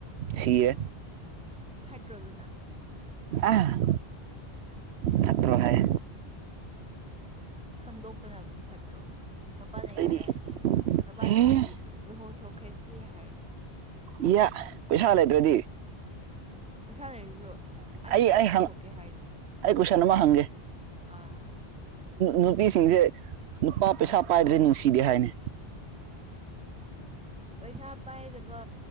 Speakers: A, on the right (about 85°); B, in the centre.
A: ꯁꯤꯔꯦ
B: ꯐꯠꯇ꯭ꯔꯣ ꯑꯗꯨꯅ
A: ꯑ ꯐꯥꯠꯇ꯭ꯔꯣ ꯍꯥꯏ
B: ꯈꯪꯗꯣꯛꯄꯅ ꯐꯠꯇ꯭ꯔꯣ ꯃꯄꯥꯥꯅ
A: ꯑꯩꯗꯤ
B: ꯌꯥꯔꯗꯤ ꯃꯄꯥꯥꯅ
A: ꯑꯦ
B: ꯌꯥꯔꯗꯤ ꯂꯨꯍꯣꯡꯊꯣꯛꯈ꯭ꯔꯁꯤ ꯍꯥꯏꯔꯗꯤ
A: ꯏꯌꯥ ꯄꯩꯁꯥ ꯂꯩꯇ꯭ꯔꯗꯤ
B: ꯄꯩꯁꯥ ꯂꯩꯔꯁꯨ ꯑꯩꯅ
A: ꯑꯩ
B: ꯂꯣꯏ
A: ꯑꯩ
B: ꯄꯨꯊꯣꯛꯀꯦ ꯍꯥꯏꯔꯗꯤ
A: ꯑꯩ ꯀꯣꯏꯁꯟ ꯑꯃ ꯍꯪꯒꯦ
B: ꯑꯥ
A: ꯅꯨꯄꯤꯁꯤꯡꯁꯦ ꯅꯨꯄꯥ ꯄꯩꯁꯥ ꯄꯥꯏꯗ꯭ꯔꯗꯤ ꯅꯨꯡꯁꯤꯗꯦ ꯍꯥꯏꯅꯤ
B: ꯄꯩꯁꯥ ꯄꯥꯏꯗꯕ